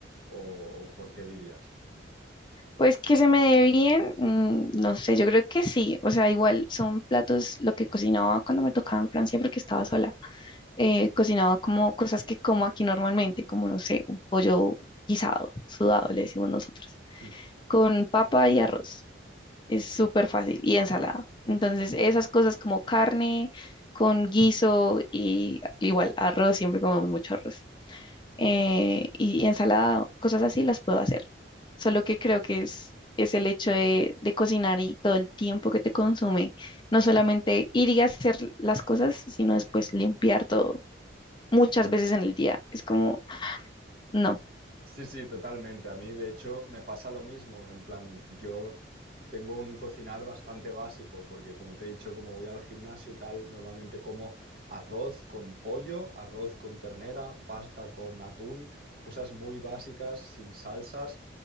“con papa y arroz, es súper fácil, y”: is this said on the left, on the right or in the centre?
Left